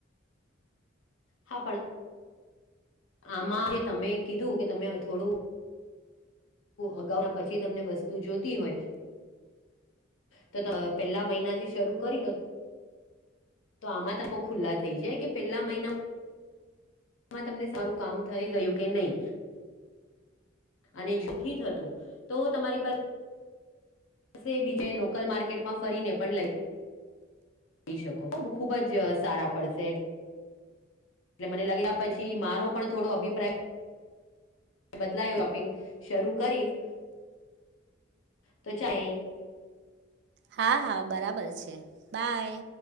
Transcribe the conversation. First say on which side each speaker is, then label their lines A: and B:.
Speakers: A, on the left (about 85°); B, on the right (about 60°).
A: હા પણ આમાં જે તમે કીધું કે તમે થોડું અગાઉના પછી તમને વસ્તુ જોતી હોય. તો પેલા મહિના જે શરૂ કરી લો તો આમાં તપ ખુલ્લા થઈ જાય કે પેલા મહિના પહેલા મહિનામાં તમને સારું કામ થઈ ગયું કે નઈ અને જથી થતું તો તમારી પાસે બસે એ બીજાએ લોકલ માર્કેટમાં ફરીને પણ લઈ જોઈ શકો ખુબ જ સારા પડશે. એટલે મને લાગ્યા પછી મારો પણ થોડો અભિપ્રાય હ, બદલાયું રોપિંગ શરૂ કરીશ. તો ચાએ
B: હા હા બરાબર છે, બાય.